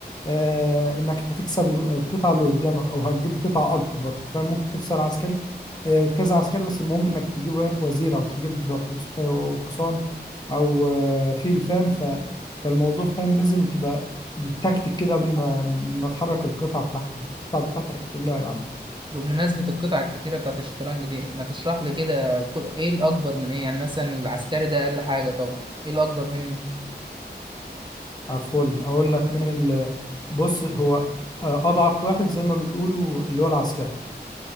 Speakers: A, on the left (about 25°); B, on the right (about 25°).
A: آه، انك هتكسب ال- القطعة اللي قدامك او هتجيب قطعة اكبر فممكن تخسر عسكري آه، كذا عسكري بس المهم انك تجيب إيه؟ وزير او تجيب حص- أو حصان او آه، فيل فاهم ف فالموضوع فاهم لازم تبقى بالتكتيك كده قبل ما ما تحرك القطعة بتاعتك القطعة بتاعتك كلها يعني
B: بمناسبة القطع الكتيرة بتاعت الشطرنج دي ما تشرح لي كده كل... ايه الاكبر من ايه يعني مثلا العسكري ده اقل حاجة طبعا ايه الاكبر منه
A: فل اقول لك مين ال... بص هو آه، اضعف واحد زي ما بيقولوا اللي هو العسكري